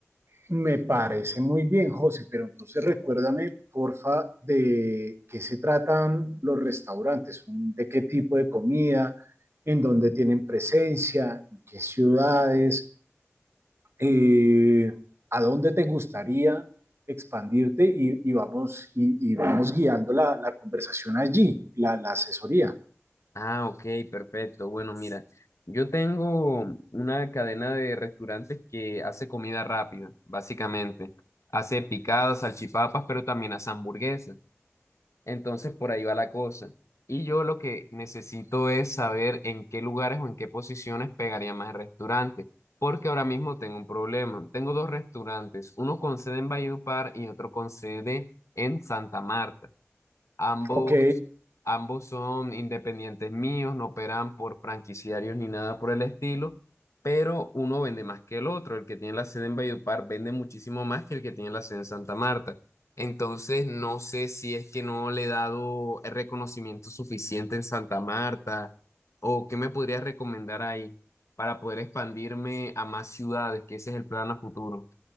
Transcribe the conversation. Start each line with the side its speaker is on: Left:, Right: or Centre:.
Right: Me parece muy bien, José, pero entonces recuérdame, porfa, de qué se tratan los restaurantes, un- de qué tipo de comida, en dónde tienen presencia, en qué ciudades, eh, a dónde te gustaría expandirte y, y vamos, y, y vamos guiando la, la conversación allí, la la asesoría.
Left: Ah, ok, perfecto. Bueno, mira, yo tengo una cadena de restaurantes que hace comida rápida, básicamente. Hace picadas, salchipapas, pero también hace hamburguesas. Entonces, por ahí va la cosa. Y yo lo que necesito es saber en qué lugares o en qué posiciones pegaría más el restaurante, porque ahora mismo tengo un problema. Tengo dos restaurantes, uno con sede en Valledupar y otro con sede en Santa Marta. Ambos,
Right: Ok,
Left: ambos son independientes míos, no operan por franquiciarios ni nada por el estilo, pero uno vende más que el otro. El que tiene la sede en Valledupar vende muchísimo más que el que tiene la sede en Santa Marta. Entonces, no sé si es que no le he dado el reconocimiento suficiente en Santa Marta o qué me podrías recomendar ahí para poder expandirme a más ciudades, que ese es el plan a futuro.